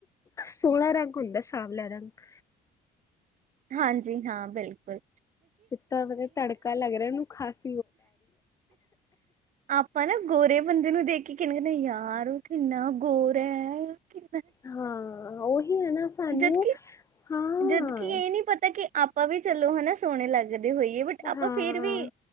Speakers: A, on the left; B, on the right.
A: ਸੋਹਣਾ ਰੰਗ ਹੁੰਦਾ ਸਾਵਲਾ ਰੰਗ
B: ਹਾਂਜੀ, ਹਾਂ ਬਿਲਕੁਲ।
A: ਤਾਂ ਮਤਲਬ ਤੜਕਾ ਲੱਗ ਰਿਹਾ ਇਹਨੂੰ ਖਾਸ
B: ਆਪਾਂ ਨਾ ਗੋਰੇ ਬੰਦੇ ਨੂੰ ਦੇਖ ਕਿੰਨ ਨਹੀਂ ਯ ਆਰ, ਉਹ ਕਿੰਨਾ ਗੋਰ ਰੈ ਕੀ
A: ਹਾਂ, ਉਹੀ ਹੈ ਨਾ ਸਾਨੂੰ,
B: ਜਦ ਕਿ
A: ਹਾਂ
B: ਜਦ ਕਿ ਇਹ ਨਹੀਂ ਪਤਾ ਕਿ ਆਪਾਂ ਵੀ ਚਲੋ ਹਨਾ ਸੋਹਣੇ ਲੱਗ ਕਦੇ ਹੋਈਏ ਬਟ ਆਪਾਂ
A: ਹਾਂ
B: ਫੇਰ ਵੀ